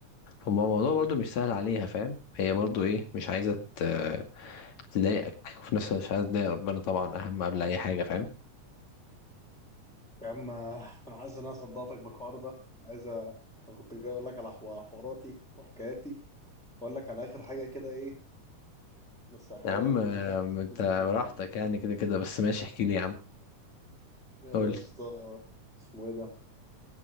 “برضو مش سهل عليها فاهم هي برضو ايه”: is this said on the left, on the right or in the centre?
Left